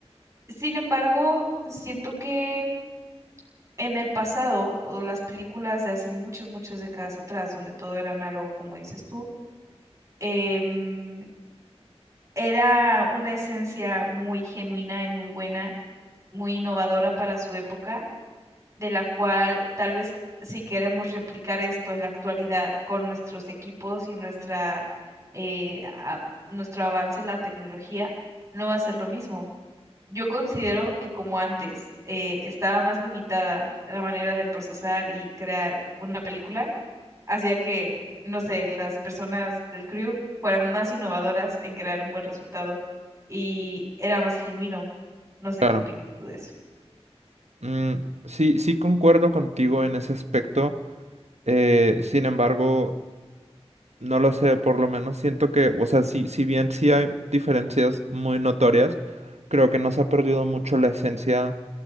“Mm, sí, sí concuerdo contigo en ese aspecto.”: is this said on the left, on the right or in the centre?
Right